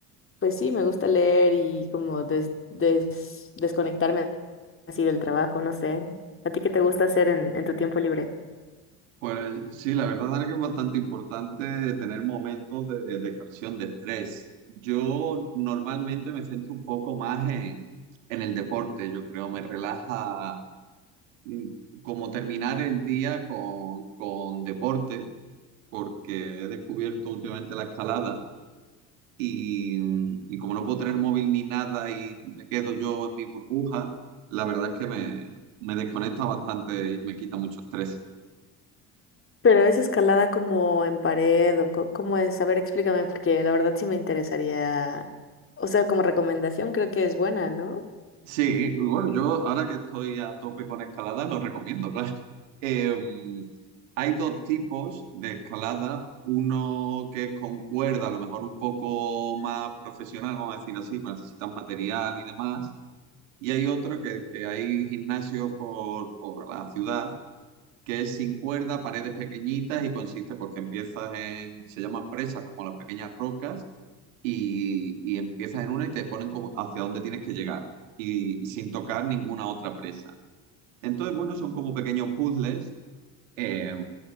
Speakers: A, on the left (about 35°); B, on the right (about 85°).
A: pues sí, me gusta leer y como des- des- desconectarme así del trabajo, no sé. ¿A ti qué te gusta hacer en, en tu tiempo libre?
B: pues sí, la verdad Dana, que es bastante importante tener momentos de, de expresión de estrés. Yo normalmente me centro un poco más en, en el deporte, yo creo, me relaja mm, como terminar el día con, con deporte, porque he descubierto últimamente la escalada. Y, y como no puedo tener móvil ni nada y me quedo yo en mi burbuja, la verdad es que me, me desconecta bastante y me quita mucho estrés.
A: Pero es escalada como en pared o co- cómo es, a ver, explícame, porque la verdad sí me interesaría, o sea, como recomendación creo que es buena, ¿no?
B: Sí, y bueno, yo ahora que estoy a tope con escalada, lo recomiendo, <laughs> claro. Eh, hay dos tipos de escalada, uno que es con cuerda, a lo mejor un poco más profesional, vamos a decir así, pues necesitas material y demás, y hay otro que, que hay gimnasio por, por la ciudad que es sin cuerda, paredes pequeñitas y consiste porque empiezas en, se llaman presas como las pequeñas rocas y, y empiezas en una y te ponen como hacia dónde tienes que llegar y, y sin tocar ninguna otra presa. Entonces, bueno, son como pequeños puzzles eh,